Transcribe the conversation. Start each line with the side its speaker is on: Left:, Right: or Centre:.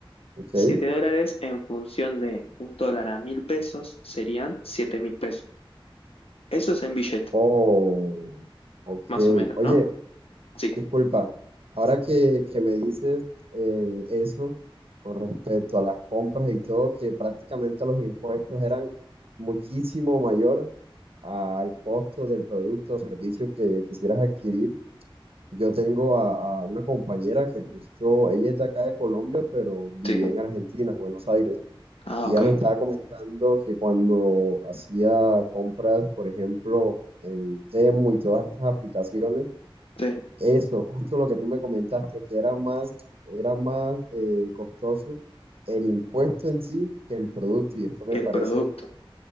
Right: ok.
Left: siete dólares en función de un dólar a mil pesos serían siete mil pesos. Eso es en billete,
Right: Oh, ok.
Left: más o menos,
Right: Oye,
Left: ¿no? Sí.
Right: Disculpa, ahora que, que me dices eh, eso con respecto a las compras y todo, que prácticamente los impuestos eran muchísimo mayor al costo del producto o servicio que quisieras adquirir. Yo tengo a, a una compañera que justo, ella es de acá de Colombia, pero vivía
Left: Sí,
Right: en Argentina, Buenos Aires,
Left: ah,
Right: y
Left: ok,
Right: ella me estaba comentando que cuando hacía compras, por ejemplo, en Temu y todas estas aplicaciones,
Left: sí,
Right: eso, justo lo que tú me comentaste, que era más, era más eh, costoso el impuesto en sí que el producto, y esto me
Left: que el
Right: parece
Left: producto